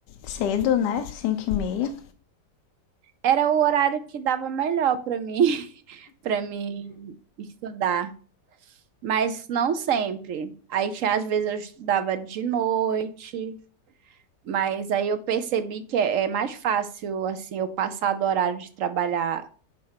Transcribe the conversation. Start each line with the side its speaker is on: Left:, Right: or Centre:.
Left: Cedo, né? Cinco e meia.
Right: Era o horário que dava melhor para mim, <laughs> para mim estudar. Mas não sempre. Aí, tinha- às vezes, eu estudava de noite. Mas aí eu percebi que é, é mais fácil, assim, eu passar do horário de trabalhar